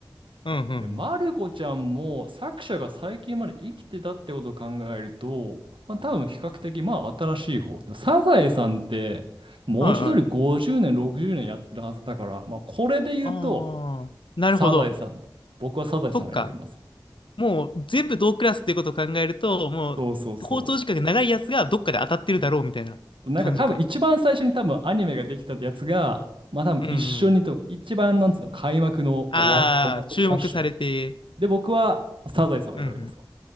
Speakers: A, on the left; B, on the right.
A: うんうんうん。
B: で、マルコちゃんも作者が最近まで生きてたってことを考えると、まあ多分比較的まあ新しい方。でサザエさんって文字通り50年、
A: はいはい。
B: 60年やってるはずだから、まあこれで言うと
A: ああ、なるほど。
B: サザエさんって。僕はサザエさんを選びます。
A: そっか。もう全部同クラスっていうことを考えると、もう放送時間が長いやつがどっかで当たってるだろうみたいな感じか。
B: そうそうそう。なんか多分一番最初に多分アニメができたってやつが、まあ多分一緒にと、
A: うんうん。
B: 一番なんつうの、開幕のおわ、
A: ああ、
B: お祭りは一緒に。
A: 注目されて。
B: で、僕はサザエさんを選びますわ。
A: うんうん。